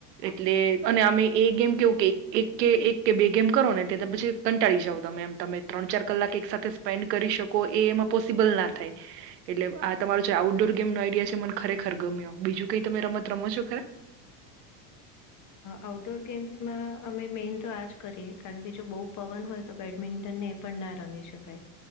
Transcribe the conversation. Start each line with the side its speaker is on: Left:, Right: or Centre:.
Right: એટલે અને અમે એ ગેમ કેવું કે એક કે એક કે બે ગેમ કરો ને તે પછી કંટાળી જાવ તમે એમ તમે ત્રણ ચાર કલાક એક સાથે સ્પેન્ડ કરી શકો એ એમાં પોસિબલ ના થાય. એટલે આ તમારો જે આઉટડોર ગેમ નો આઈડિયા છે મને ખરેખર ગમ્યો બીજું કઈ તમે રમત રમો છો ખરા?
Left: આઉટડોર ગેમ્સમાં અમે મેઇન તો આ જ કરીએ કારણ કે જો બહુ પવન હોય તો બેડમિન્ટનને પણ ના રમી શકાય.